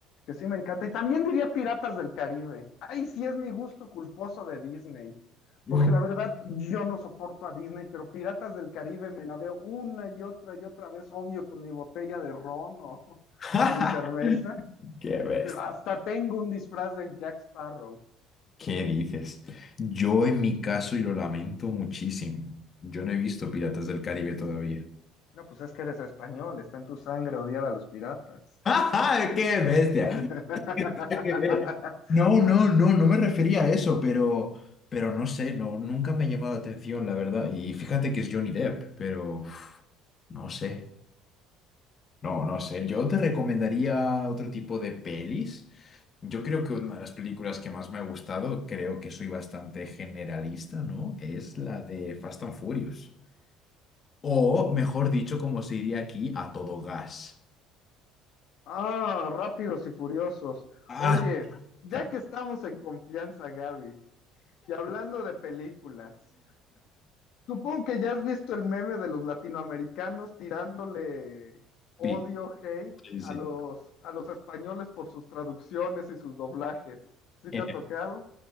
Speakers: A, on the left; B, on the left.
A: que sí me encanta. Y también diría Piratas del Caribe. Ay, sí es mi gusto culposo de Disney. Porque
B: Uh.
A: la verdad, yo no soporto a Disney, pero Piratas del Caribe me la veo una y otra y otra vez, obvio, con mi botella de ron o,
B: <laughs>
A: o mi cerveza.
B: ¡Qué bestia!
A: Pero hasta tengo un disfraz de Jack Sparrow.
B: ¿Qué dices? Yo en mi caso, y lo lamento muchísimo, yo no he visto Piratas del Caribe todavía.
A: No, pues es que eres español, está en tu sangre odiar a los piratas.
B: <laughs> ¡Ah, qué bestia!
A: <laughs>
B: ¡Qué bestia! No, no, no, no me refería a eso, pero, pero no sé, no, nunca me ha llamado la atención, la verdad. Y fíjate que es Johnny Depp, pero uf, no sé, no, no sé. Yo te recomendaría otro tipo de pelis. Yo creo que una de las películas que más me ha gustado, creo que soy bastante generalista, ¿no? Es la de Fast and Furious. O, mejor dicho, como se diría aquí, a todo gas.
A: Ah, rápidos y furiosos.
B: Ah,
A: Oye, ya
B: Claro,
A: que estamos en confianza, Gaby, y hablando de películas, supongo que ya has visto el meme de los latinoamericanos tirándole odio,
B: Sí,
A: hate
B: sí,
A: a
B: sí.
A: los, a los españoles por sus traducciones y sus doblajes. ¿Sí
B: En,
A: te ha tocado?